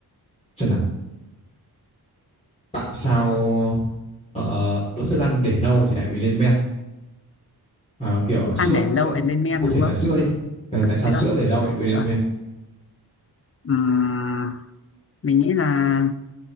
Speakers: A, on the left; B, on the left.
A: xem nào, tại sao ờ, đồ thức ăn để lâu thì lại bị lên men? Ờ, kiểu à,
B: thức
A: sữa
B: ăn
A: ấy,
B: để lâu
A: sữa
B: ấy lên men
A: cụ
B: đúng
A: thể là
B: không
A: sữa đi Ờ,
B: à,
A: tại sao
B: sữa
A: sữa để lau lại bị lên
B: sữa
A: men
B: Ừm, mình nghĩ là